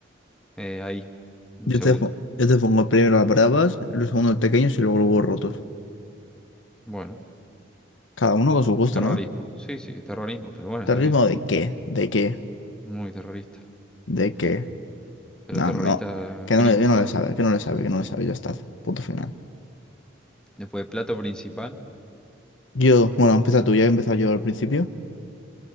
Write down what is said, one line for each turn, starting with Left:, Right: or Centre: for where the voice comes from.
Centre: eh, ahí. Un
Left: Yo
Centre: segundo.
Left: te, fo- yo te pongo primero las bravas, los segundos pequeños y luego los huevos rotos.
Centre: Bueno,
Left: Cada uno con su gusto,
Centre: terrorismo.
Left: ¿no?
Centre: Sí, sí, terrorismo, pero bueno,
Left: ¿Terrorismo
Centre: está bien.
Left: de qué? ¿De qué?
Centre: Muy terrorista.
Left: ¿De qué?
Centre: Pero
Left: No,
Centre: terrorista
Left: no. Que
Centre: crítico
Left: no le, que no le
Centre: además.
Left: sabe, que no le sabe, que no le sabe. Ya está. Punto final.
Centre: Después, plato principal.
Left: Yo, bueno, empieza tú, ya he empezado yo al principio.